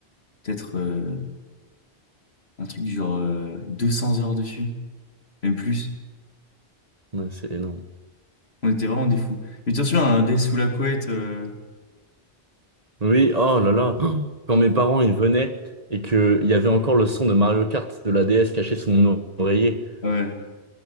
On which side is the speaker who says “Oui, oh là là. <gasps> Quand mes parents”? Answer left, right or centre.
Right